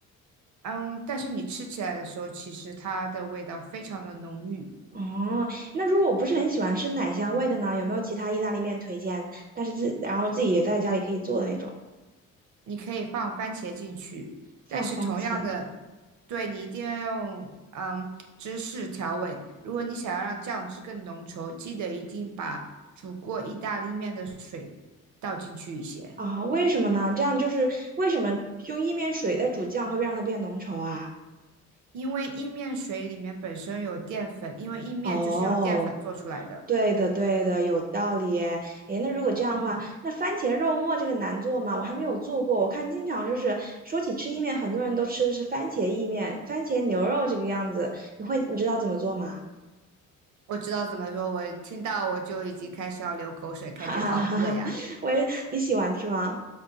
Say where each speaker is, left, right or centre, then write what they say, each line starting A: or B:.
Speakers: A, on the right; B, on the right.
A: 嗯，但是你吃起来的时候，其实它的味道非常的浓郁。
B: 哦，那如果我不是很喜欢吃奶香味的呢，有没有其他意大利面推荐？但是自然后自己也在家里可以做的那种，
A: 你可以放番茄进去，
B: 放番茄
A: 但是同样的，对你一定要用嗯芝士调味。如果你想要让酱汁更浓稠，记得一定把煮过意大利面的水倒进去一些，
B: 啊？为什么呢？这样就是为什么用意面水在煮酱会让它变浓稠啊？
A: 因为意面水里面本身有淀粉，因为意面就是用淀粉做出来的。
B: 哦，对的，对的，有道理诶。诶，那如果这样的话，
A: 嗯，
B: 那番茄肉末这个难做吗？我还没有做过。我看经常就是说起吃意面，很多人都吃的是番茄意面、番茄牛肉这个样子。你会，你知道怎么做吗？
A: 我知道怎么说，我听到我就已经开始要流口水，
B: <laughs>
A: 感觉好饿呀，
B: 哈哈哈哈，我也，你喜欢吃吗？